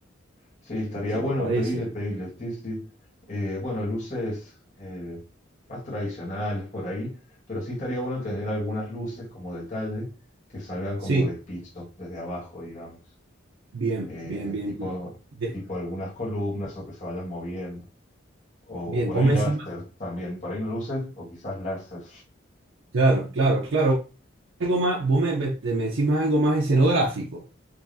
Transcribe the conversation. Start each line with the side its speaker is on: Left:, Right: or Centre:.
Left: Sí, estaría
Right: si
Left: bueno
Right: te parece.
Left: pedirle, pedirle, sí, sí. Eh, bueno, luces eh, más tradicionales por ahí, pero sí estaría bueno tener algunas luces como detalle que salgan como
Right: Sí,
Left: de piso, desde abajo, digamos.
Right: bien,
Left: Eh,
Right: bien, bien,
Left: tipo,
Right: bien. De-
Left: tipo algunas columnas o que se vayan moviendo. O
Right: bien,
Left: por
Right: vos
Left: ahí
Right: me
Left: láser
Right: decís más-
Left: también, por ahí no luces o quizás láser.
Right: claro, claro, claro, algo más, vos me, me me decís más algo más escenográfico,